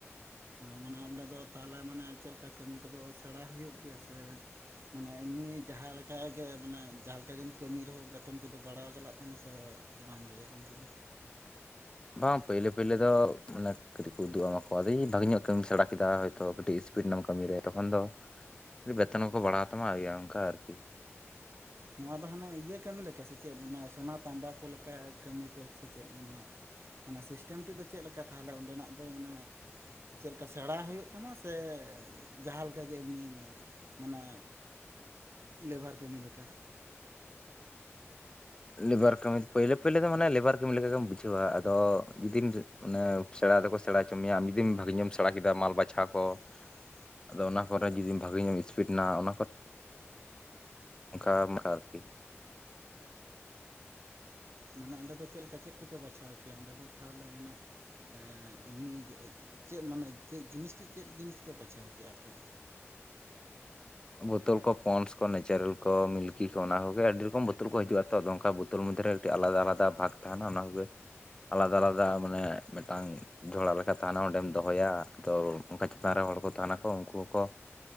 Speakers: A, on the right; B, on the left.
A: ᱢᱟᱱᱮ ᱚᱸᱰᱮ ᱫᱚ ᱛᱟᱦᱚᱞᱮ ᱢᱟᱱᱮ ᱪᱮᱫ ᱞᱮᱠᱟ ᱠᱟᱹᱢᱤ ᱠᱚᱫᱚ ᱥᱮᱬᱟ ᱦᱩᱭᱩᱜ ᱜᱮᱭᱟ ᱥᱮ ᱢᱟᱱᱮ ᱮᱢᱱᱤ ᱡᱟᱦᱟᱸ ᱞᱮᱠᱟᱜ ᱜᱮ ᱢᱟᱱᱮ ᱡᱟᱦᱟᱸ ᱞᱮᱠᱟ ᱜᱮᱢ ᱠᱟᱹᱢᱤ ᱨᱮᱦᱚᱸ ᱵᱮᱛᱚᱱ ᱠᱚᱫᱚ ᱵᱟᱲᱟᱭ ᱪᱟᱞᱟᱜ ᱛᱟᱢᱟ ᱥᱮ ᱵᱟᱝ ᱜᱮ ᱚᱱᱛᱮ ᱫᱚ?
B: ᱵᱟᱝ ᱯᱳᱭᱞᱳ ᱯᱟᱹᱭᱞᱳ ᱫᱚ ᱢᱟᱱᱮ ᱠᱟᱹᱴᱤᱡ ᱠᱚ ᱩᱫᱩᱜ ᱟᱢᱟ ᱠᱚ ᱟᱫᱚ ᱵᱷᱟᱜᱮ ᱧᱚᱜ ᱠᱟᱹᱢᱤᱢ ᱥᱮᱲᱟ ᱠᱮᱫᱟ ᱦᱚᱭᱛᱳ ᱠᱟᱹᱴᱤᱡ ᱯᱷᱤᱴ ᱱᱟᱜ ᱠᱟᱹᱢᱤᱨ ᱨᱮ ᱛᱚᱠᱷᱚᱱ ᱫᱚ ᱵᱮᱛᱚᱱ ᱦᱚᱸ ᱠᱚ ᱵᱟᱲᱦᱟᱣ ᱛᱟᱢᱟ ᱤᱭᱟᱹ ᱚᱝᱠᱟ ᱟᱨᱠᱤ᱾
A: ᱱᱚᱣᱟ ᱫᱚ ᱦᱟᱸᱱᱮ ᱤᱭᱟᱹ ᱠᱟᱹᱢᱤ ᱞᱮᱠᱟ ᱥᱮᱪᱮᱫ ᱢᱟᱱᱮ ᱥᱚᱱᱟ ᱛᱟᱢᱵᱟ ᱠᱚ ᱞᱮᱠᱟ ᱠᱟᱹᱢᱤ ᱠᱚ ᱥᱮᱪᱮᱫ ᱢᱟᱱᱮ ᱚᱱᱟ ᱥᱤᱥᱴᱮᱢᱴᱤ ᱫᱚ ᱪᱮᱫ ᱞᱮᱠᱟ ᱛᱟᱦᱚᱞᱮ ᱚᱸᱰᱮᱱᱟᱜ ᱫᱚ ᱢᱟᱱᱮ ᱪᱮᱫ ᱞᱮᱠᱟ ᱥᱮᱬᱟ ᱦᱩᱭᱩᱜ ᱛᱟᱢᱟ ᱥᱮ ᱡᱟᱦᱟᱸᱞᱮ ᱞᱮᱠᱟ ᱜᱮ ᱮᱢᱱᱤ ᱢᱟᱱᱮ ᱞᱮᱵᱷᱟᱨ ᱠᱟᱹᱢᱤ ᱞᱮᱠᱟ?
B: ᱞᱮᱵᱟᱨ ᱠᱟᱹᱢᱤ ᱯᱟᱹᱭᱞᱮ ᱯᱟᱹᱭᱞᱮ ᱫᱚ ᱢᱟᱱᱮ ᱞᱮᱵᱟᱨ ᱠᱟᱹᱢᱤ ᱞᱮᱠᱟ ᱜᱮᱢ ᱵᱩᱡᱷᱟᱹᱣᱟ, ᱟᱫᱚ ᱡᱩᱫᱤᱢ ᱚᱱᱮ ᱥᱮᱬᱟ ᱫᱚᱠᱚ ᱥᱮᱬᱟ ᱦᱚᱪᱚ ᱢᱮᱭᱟ ᱟᱢ ᱡᱩᱫᱤᱢ ᱵᱷᱟᱹᱜᱤ ᱧᱚᱜᱼᱮᱢ ᱥᱬᱲᱟ ᱠᱮᱫᱟ ᱢᱟᱞ ᱵᱟᱪᱷᱟᱣ ᱠᱚ,
A: <inaudible>
B: ᱟᱫᱚ ᱚᱱᱟ ᱠᱚᱨᱮ ᱡᱩᱫᱤ ᱵᱷᱟᱜᱤ ᱧᱚᱜ ᱤᱥᱯᱤᱰ ᱮᱱᱟ ᱚᱱᱟ ᱠᱚᱨᱮ ᱚᱝᱠᱟ <unintelligible> ᱟᱨᱠᱤ᱾
A: ᱩᱸ ᱢᱟᱱᱮ ᱚᱸᱰᱮ ᱫᱚ ᱪᱮᱫ ᱞᱮᱠᱟ ᱪᱮᱫ ᱠᱚᱯᱮ ᱵᱟᱪᱷᱟᱣ ᱠᱮᱭᱟ ᱚᱸᱰᱮ ᱫᱚ ᱛᱟᱦᱚᱞᱮ ᱢᱟᱱᱮ ᱮᱸ ᱮᱢᱱᱤ ᱪᱮᱫ ᱢᱟᱱᱮ ᱪᱮᱫ ᱡᱤᱱᱤᱥ ᱴᱮᱡ ᱪᱮᱫ ᱡᱤᱱᱤᱥ ᱯᱮ ᱵᱟᱪᱷᱟᱣ ᱠᱮᱭᱟ ᱟᱯᱮ?
B: ᱵᱳᱛᱳᱞ ᱠᱚ ᱯᱚᱱᱥ ᱠᱚ ᱱᱮᱪᱟᱨᱚᱞ ᱠᱚ ᱢᱤᱞᱠᱤ ᱠᱚ ᱚᱱᱟ ᱠᱚᱜᱮ ᱟᱹᱰᱤ ᱨᱚᱠᱚᱢ ᱵᱳᱛᱚᱞ ᱠᱚ ᱦᱤᱡᱩᱜᱼᱟ ᱛᱚ ᱟᱫᱚ ᱚᱝᱠᱟ ᱵᱳᱛ ᱛᱳᱞ ᱢᱚᱫᱽᱫᱷᱮ ᱨᱮ ᱠᱟᱴᱤᱡ ᱟᱞᱟᱫᱟ ᱟᱞᱟᱫᱟ ᱵᱷᱟᱜᱽ ᱛᱟᱦᱮᱱᱟ ᱚᱱᱟ ᱠᱚᱜᱮ ᱟᱞᱟᱫᱟ ᱟᱞᱟᱫᱟ ᱢᱟᱱᱮ ᱢᱤᱫᱴᱟᱝ ᱡᱷᱚᱲᱟ ᱞᱮᱠᱟ ᱛᱟᱦᱮᱱᱟ ᱚᱸᱰᱮᱢ ᱫᱚᱦᱚᱭᱟ ᱟᱨ ᱠᱚᱫᱚ ᱚᱱᱠᱟ ᱪᱮᱛᱟᱱ ᱨᱮ ᱦᱚᱲ ᱠᱚ ᱛᱟᱦᱮᱱᱟᱠᱚ ᱩᱱᱠᱩ ᱠᱚ